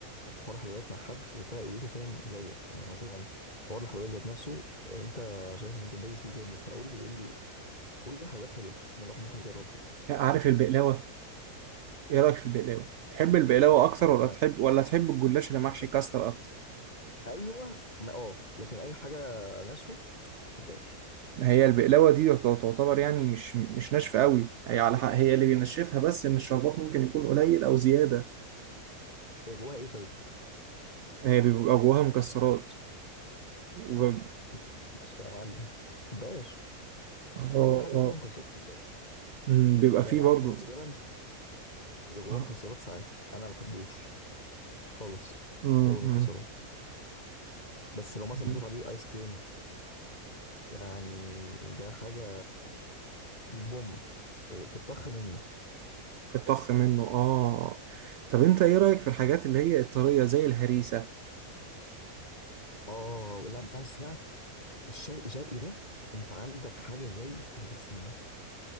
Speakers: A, on the left (about 30°); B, on the right (about 70°).
A: في حوار الحلويات مع حد وفا لقيته فاهم زيك يعني مثلا حوار الحلويات ذات نفسه انت شايف ان انت دايس فيه جامد فقول لي قول لي قول لي حلويات حلوه ان الواحد ممكن يجربها
B: عارف البقلاوة ايه رأيك في البقلاوة تحب البقلاوة اكتر
A: هو
B: ولا
A: انا
B: تحب
A: <laughs>
B: ولا تحب الجلاش اللي
A: بحب-
B: محشي كاستر اكتر
A: ايوه ما اه لكن اي حاجه ناشفه ما بحبهاش
B: ما هي البقلاوة دي تعت- تعتبر يعني مش مش ناشفة قوي هي على حق هي اللي بينشفها بس ان الشربات ممكن يكون قليل او زيادة
A: هي جواها ايه طيب
B: هي بيبقى جواها مكسرات و...
A: شفت
B: اه
A: <laughs> ناشفه يا معلم ما بحبهاش
B: اه
A: اي حاجه فيها مكسرات ما بحبهاش
B: أمم، بيبقى
A: يعني
B: فيه
A: عارف
B: برضو
A: الرز بلبن بيبقى جواه
B: آه.
A: مكسرات ساعات انا ما بحبوش خالص
B: أمم،
A: هو
B: أمم،
A: المكسرات بس لو مثلا
B: أمم.
A: محطوط عليه ايس كريم يعني ده حاجه دي بوم إيه، في الطخ منه
B: في الطخ منه اه طب انت ايه رأيك في الحاجات اللي هي الطرية زي الهريسة
A: اه لا بس بقى الشرقي شرقي ده انت عندك حاجه زي البسيمه